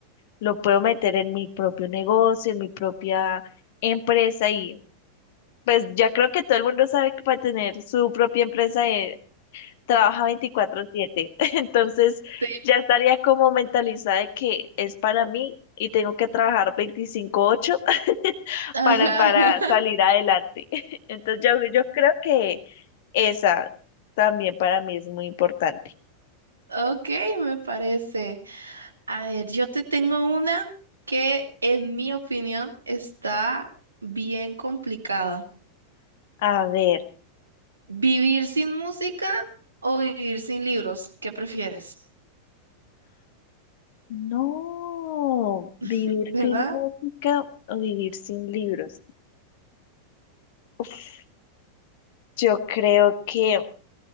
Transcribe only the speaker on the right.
Sí,
Ajá.
<laughs>
Ok, me parece. A ver, yo te tengo una que en mi opinión está bien complicada.
¿Vivir sin música o vivir sin libros? ¿Qué prefieres?
<laughs> ¿Verdad?